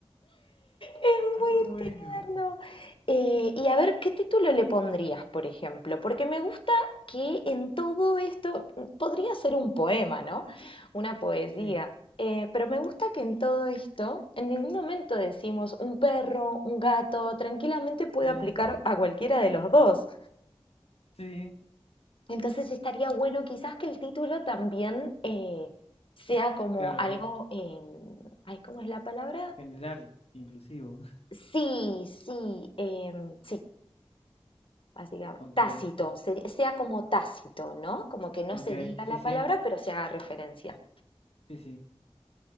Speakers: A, on the left; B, on the left.
A: Es
B: Muy
A: muy
B: bueno.
A: tierno. Eh, y a ver, ¿qué título le pondrías, por ejemplo? Porque me gusta que en todo esto podría ser un poema, ¿no? Una poesía.
B: Sí,
A: Eh, pero me gusta que en todo esto, en ningún momento decimos un perro, un gato, tranquilamente puede
B: sí,
A: aplicar a cualquiera de los dos.
B: sí.
A: Entonces estaría bueno quizás que el título también eh, sea como
B: Claro
A: algo,
B: que
A: em, ay, ¿cómo es la palabra?
B: general, inclusivo. <laughs>
A: Sí, sí, em, sí, Así que
B: Ok,
A: tácito, ser- sea como tácito, ¿no? Como que no
B: ok,
A: se diga
B: sí,
A: la
B: sí,
A: palabra, pero se haga referencia.
B: sí, sí.